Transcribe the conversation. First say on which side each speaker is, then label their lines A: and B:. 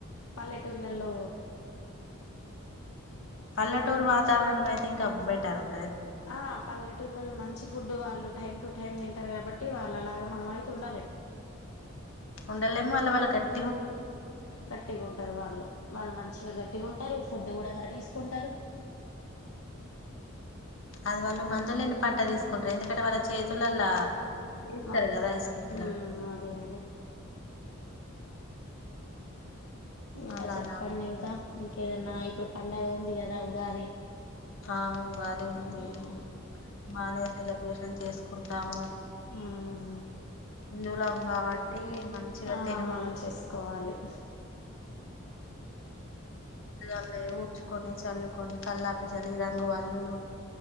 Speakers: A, on the left; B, on the left.
A: పల్లెటూర్లలో
B: పల్లటూర్ వాతారణం అయితే ఇంకా బెటర్ంటంది
A: ఆ పల్లెటూర్లలో మంచి ఫుడ్ వాళ్ళు టైమ్ టు టైమ్ తింటారు కాబట్టి టిాల ఆగా మణమ త ఉండాల
B: ఉండలేమో అలా వాళ్ళ గట్
A: గట్టిగా ఉంటారు వాళ్ళు వాళ్ళు మంచిగా గట్టిగా ఉంటారు ఫుడ్ కూడా కర తీసుకుంటారు
B: అది వాళ్ళు మందులుని పంట తీసుకుంటారు ఎందుకంటే వాళ్ళ చేతులలా చేస్తారు
A: నట్లా
B: కదా ఇష్టంగా
A: అదే అదే ఇంకా
B: అలానా
A: చెప్పండి ఇంకా ఇంకా ఏదన్నా ఇప్పుడు పండగ ఉంది కదా ఉగాది
B: ఆ ఉగాది ఉంది
A: అవును
B: బానే సెలబ్రేషన్ చేసుకుంటాము
A: హ
B: హిందువులం కాబట్టి మంచిగా
A: ఆ
B: తెలుగు
A: మనం చేసుకోవాలి
B: గా ఊడ్చుకొని చల్లుకొని కల్లాపి జలి రంగు వల్లులు